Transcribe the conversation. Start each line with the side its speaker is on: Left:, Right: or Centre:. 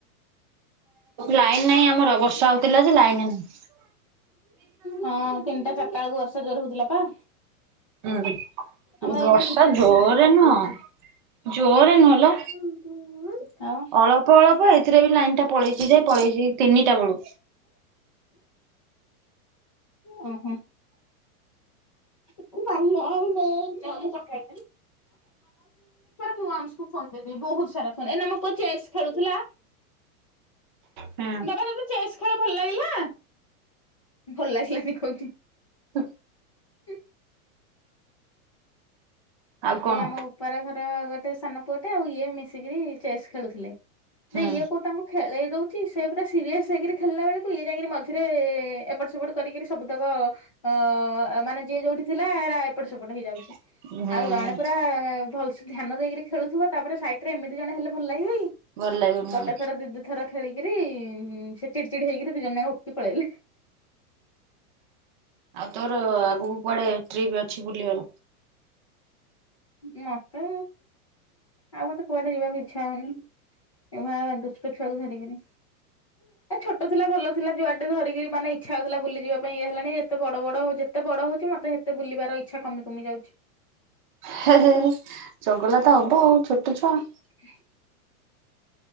Right: ଲାଇନ ନାହିଁ ଆମର ବର୍ଷା ହଉଥିଲା ଯେ ଲାଇନ ନାହିଁ।
Left: ହଁ ତିନିଟା ଚାରିଟା ବେଳକୁ ବର୍ଷା ଜୋରେ ହଉଥିଲା ପା।
Right: ଉଁ ହୁଁ।
Left: ଆମର
Right: ଏ ବର୍ଷା
Left: ଏଇନା ଝିପି ଝିପି
Right: ଜୋରେ
Left: ହେଇକିରି ପକଉଛି।
Right: ନୁହଁ ଜୋରେ ନୁହ ଲୋ
Left: ଆଉ ଉଁ ହୁଁ। ଆଉ
Right: ଅଳ୍ପ ଅଳ୍ପ ଏଥିରେ ବି ଲାଇନ ଟା ପଳେଇଚି ଯେ ପଳେଇଚି ତିନିଟା ବେଳୁ।
Left: ଓ ହୋ। <unintelligible> ଦି ମିନିଟ୍ ପରେ ମୁଁ ଅଂନଶକୁ ଖୋଇ ବହୁତ ସାରା ଫୋନ୍ ଏଇନା ମୋ ପୁଅ ଚେସ୍ ଖେଳୁଥିଲା
Right: ହୁଁ।
Left: ବାବା ତମେ ଚେସ୍ ଖେଳ ଭଲ ଲାଗିଲା? ଭଲ ଲାଗିଲାନି କହୁଚି।
Right: ହୁଁ।
Left: <inaudible>
Right: ଆଉ କଣ
Left: ଏଇ ଆମ ଉପର ଘର ର ଗୋଟେ ସାନ ପୁଅଟେ ଆଉ ଇଏ ମିଶିକିରି ଚେସ୍ ଖେଳୁଥିଲେ।
Right: ହୁଁ
Left: ଯେ ଇଏ କୋଉ ତାଙ୍କୁ ଖେଳେଇ ଦଉଚି ସେ ପୁରା ସିରିୟସ ହେଇକି ଖେଳିଲା ବେଳକୁ ଇଏ ଯାଇକି ମଝିରେ ଏପଟ ସେପଟ କରିକିରି ସବୁତକ ଅ ମାନେ ଯିଏ ଯୋଉଠି ଥିଲା ଏରା ଏପଟ ସେପଟ ହେଇଯାଉଛି।
Right: ହୁଁ।
Left: ଆଉ ଜଣେ ପୁରା ଭଲସେ ଧ୍ୟାନ ଦେଇକରି ଖେଳୁଥିବା ତାପରେ ସାଇଡରେ ଏମତି ଜଣ ହେଲେ ଭଲ ଲାଗିବକି
Right: ଭଲ ଲାଗିବନି
Left: ଗୋଟେ
Right: ଆଉ।
Left: ଥର ଦିଦି ଥର ଖେଳିକିରି ସେ ଚିଡି ଚିଡି ହେଇକିରି ଦି ଜଣ ଯାକ ଉଠି ପଳେଇଲେ।
Right: ଆଉ ତୋର ଆଗକୁ କୁଆଡେ ଟ୍ରିପ୍ ଅଛି ବୁଲିବାର?
Left: ମତେ ଆଉ ମତେ କୁଆଡେ ଯିବାକୁ ଇଚ୍ଛା ହଉନି ଏଇଭଳିଆ ଦୁଷ୍ଟ ଛୁଆକୁ ଧରିକରି ଏ ଛୋଟ ଥିଲା ଭଲ ଥିଲା ଯୁଆଡେ ଧରିକିରି ମାନେ ଇଛା ହଉଥିଲା ବୁଲି ଯିବା ପାଇଁ ଇ ହେଲାଣି ଯେତେ ବଡ ବଡ ହ ଯେତେ ବଡ ହଉଛି ମତେତେ ବୁଲିବାର ଇଛା କମି କମି ଯାଉଛି।
Right: ଚଗଲା ତ ହବ ଛୋଟ ଛୁଆ।
Left: <inaudible>